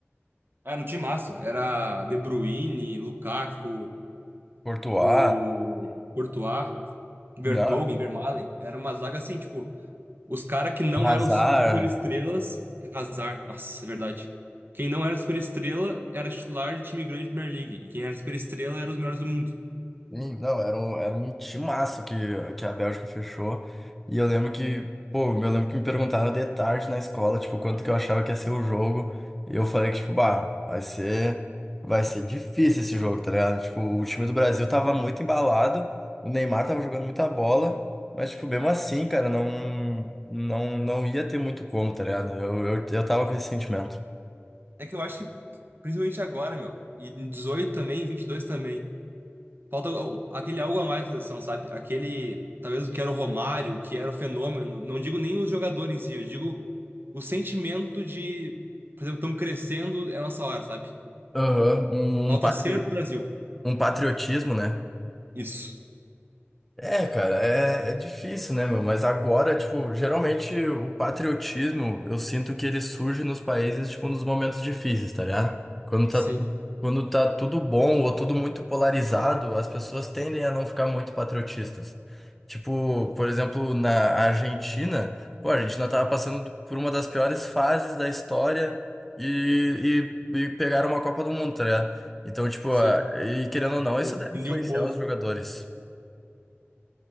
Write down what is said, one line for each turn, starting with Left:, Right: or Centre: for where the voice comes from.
Right: Era no time massa. Era De Bruyne, Lukaku,
Centre: Courtois,
Right: o Courtois, Vertonghen,
Centre: não,
Right: Vermaelen. Era uma zaga assim, tipo. Os caras que não
Centre: Hazard,
Right: eram su- superestrelas, azar. Nossa, é verdade. Quem não era superestrela era titular de time grande de Premier League. E quem era superestrela era os melhores do mundo.
Centre: Sim, não, era um, era um timaço que, que a Bélgica fechou. E eu lembro que, pô, eu lembro que me perguntaram de tarde na escola, tipo, quanto que eu achava que ia ser o jogo. E eu falei que, tipo, bah, vai ser, vai ser difícil esse jogo, tá ligado? Tipo, o time do Brasil tava muito embalado, o Neymar tava jogando muita bola, mas, tipo, mesmo assim, cara, não, não, não ia ter muito como, tá ligado? Eu, eu, eu tava com esse sentimento.
Right: É que eu acho que, principalmente agora, meu, e em 18 também, em 22 também, falta o- aquele algo a mais na seleção, sabe? Aquele, talvez o que era o Romário, o que era o fenômeno. Não digo nem os jogadores em si, eu digo o sentimento de, por exemplo, estamos crescendo, é nossa hora, sabe?
Centre: Aham, um,
Right: Falta
Centre: um patrio-
Right: ser Brasil.
Centre: um patriotismo, né?
Right: Isso.
Centre: É, cara, é, é difícil, né, meu? Mas agora, tipo, geralmente o patriotismo, eu sinto que ele surge nos países, tipo, nos momentos difíceis, tá ligado? Quando
Right: Sim,
Centre: tá, tu- quando tá tudo bom ou tudo muito polarizado, as pessoas tendem a não ficar muito patriotistas. Tipo, por exemplo, na Argentina, pô, a Argentina tava passando por uma das piores fases da história e, e, e pegaram uma Copa do Mundo, tá ligado? Então, tipo,
Right: sim.
Centre: a- e querendo ou não, isso
Right: U-
Centre: deve
Right: Unir
Centre: influenciar
Right: o povo.
Centre: os jogadores.